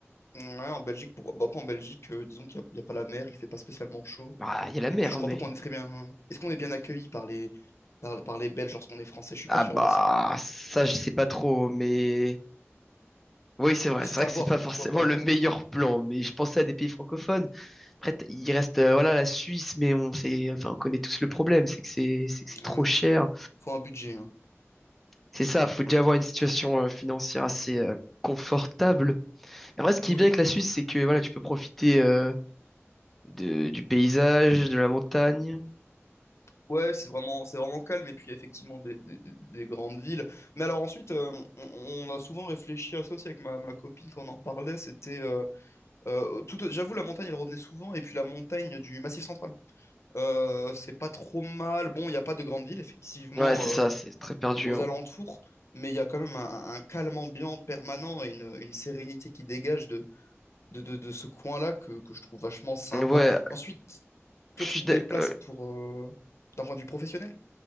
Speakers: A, on the left (about 65°); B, in the centre.
A: Ouais, en Belgique, pour... bah, après, en Belgique, euh, disons qu'il n'y a, il y a pas la mer, il fait pas spécialement chaud.
B: Ah, il y a la mer,
A: Et puis, je crois
B: mais
A: pas qu'on est très bien. hein. Est-ce qu'on est bien accueilli par les, par, par les Belges lorsqu'on est français? Je suis
B: ah
A: pas sûr
B: bah
A: de ça.
B: ça, je sais pas trop, mais oui, c'est vrai.
A: Mais c'est
B: C'est vrai
A: à
B: que
A: voir,
B: c'est pas forcément
A: pourquoi pas.
B: le meilleur plan, mais je pensais à des pays francophones. Après, t- il reste euh, voilà la Suisse, mais on sait, enfin, on connaît tous le problème, c'est que c'est c'est que c'est trop
A: Ouais.
B: cher.
A: Faut un budget, hein.
B: C'est ça, faut déjà avoir une situation euh, financière assez euh, confortable. Et en vrai, ce qui
A: Ouais.
B: est bien avec la Suisse, c'est que voilà, tu peux profiter euh, de- du paysage, de la montagne.
A: Ouais, c'est vraiment, c'est vraiment calme, et puis il y a effectivement des, des- des- des grandes villes. Mais alors ensuite, euh, on, on a souvent réfléchi à ça aussi avec ma, ma copine quand on en parlait, c'était... euh, euh, tout- j'avoue, la montagne, elle revenait souvent, et puis la montagne du Massif Central. Euh, c'est pas trop mal. Bon, il n'y a pas de grandes villes, effectivement,
B: Ouais, c'est ça,
A: euh,
B: c'est très perdu.
A: aux
B: hein.
A: alentours, mais il y a quand même un, un calme ambiant permanent et une, une sérénité qui dégage de, de, de- de ce coin-là que, que je trouve vachement sympa.
B: Ouais,
A: Ensuite,
B: je
A: Toi,
B: suis
A: tu te
B: d'ac-
A: déplaces
B: euh,
A: pour euh, d'un point de vue professionnel?